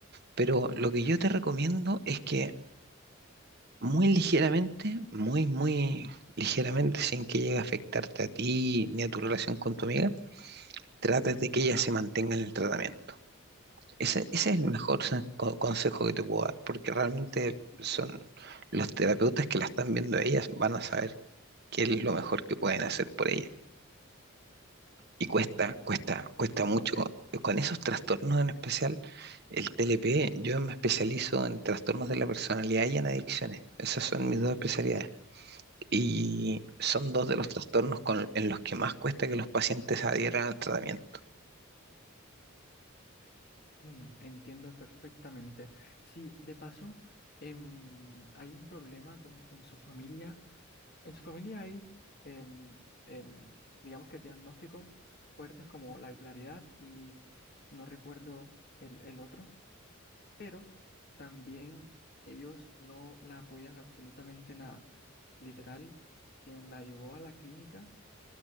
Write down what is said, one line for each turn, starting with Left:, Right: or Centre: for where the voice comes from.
Right: Pero lo que yo te recomiendo es que muy ligeramente, muy, muy ligeramente, sin que llegue a afectarte a ti ni a tu relación con tu amiga, trates
Left: mm,
Right: de que ella se mantenga en el tratamiento. Ese, ese
Left: ok,
Right: es el mejor sa- co- consejo que te puedo dar, porque realmente
Left: sí,
Right: son
Left: sí,
Right: los terapeutas que la están viendo a ellas van a saber qué es lo mejor que pueden hacer por ella. Y cuesta, cuesta, cuesta mucho.
Left: ok,
Right: Con esos trastornos en especial, el TLP, yo me especializo en trastornos de la personalidad y en adicciones. Esas son mis dos especialidades. Y son dos de
Left: ok.
Right: los trastornos con- en los que más cuesta que los pacientes adhieran al tratamiento.
Left: Mm, entiendo perfectamente. Sí, de paso, em, hay un problema con, con su familia. En su familia hay, em, em, digamos que diagnósticos fuertes como la bipolaridad y no recuerdo el, el otro, pero también ellos no la apoyan absolutamente nada. Literal, quien la llevó a la clínica.